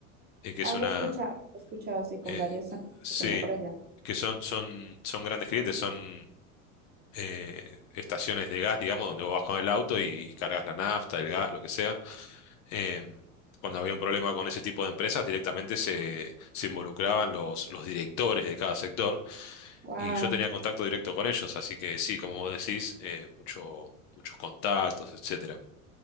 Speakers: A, on the left; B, on the right.
A: que
B: Algo
A: es una...
B: he escuchado, he escuchado sí con
A: eh,
B: varios amigos
A: sí,
B: que tengo por allá.
A: que son, son, son grandes clientes, son eh, estaciones de gas, digamos, donde vos vas con el auto y cargas la nafta, el gas, lo que sea. Eh, cuando había un problema con ese tipo de empresas, directamente se, se involucraban los, los directores de cada sector
B: Wow,
A: y yo tenía contacto directo con ellos, así que sí, como vos decís, eh, mucho, muchos contactos, etcétera.